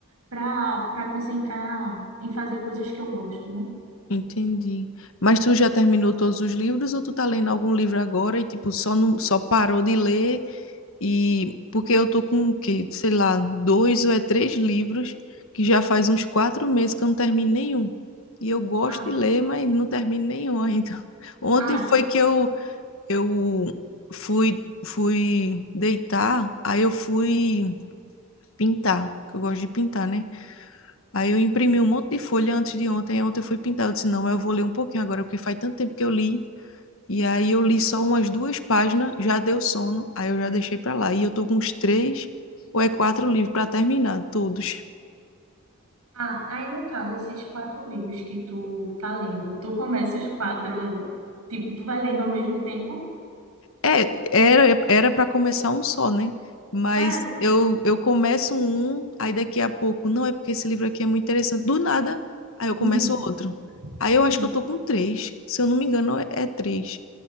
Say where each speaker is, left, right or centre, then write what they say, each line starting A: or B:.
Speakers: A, on the right (about 85°); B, on the left (about 65°).
A: para para concentrar em fazer coisas que eu gosto, né?
B: entendi. Mas tu já terminou todos os livros ou tu tá lendo algum livro agora e tipo só não, só parou de ler e porque eu tô com o quê? Sei lá, dois ou é três livros que já faz uns quatro meses que eu não termino nenhum. E eu gosto
A: Ah,
B: de ler, mas não termino nenhum ainda. <laughs> Ontem
A: ah, tu,
B: foi que eu eu fui fui deitar, aí eu fui pintar, que eu gosto de pintar, né? Aí eu imprimi um monte de folha antes de ontem. Aí ontem eu fui pintar. Eu disse, não, mas eu vou ler um pouquinho agora, porque faz tanto tempo que eu li. E aí eu li só umas duas páginas, já deu sono, aí eu já deixei pra lá. E eu tô com uns três ou é quatro livros pra terminar, todos.
A: ah, aí no caso, esses quatro livros que tu tá lendo, tu começa os quatro, tipo, tu vai lendo ao mesmo tempo?
B: É, era era para começar um só, né? Mas
A: É,
B: eu eu começo um, aí daqui a pouco, não é porque esse livro aqui é muito interessante. Do nada, aí eu começo
A: hum,
B: outro. Aí eu acho
A: hum.
B: que eu tô com três, se eu não me engano, é, é três.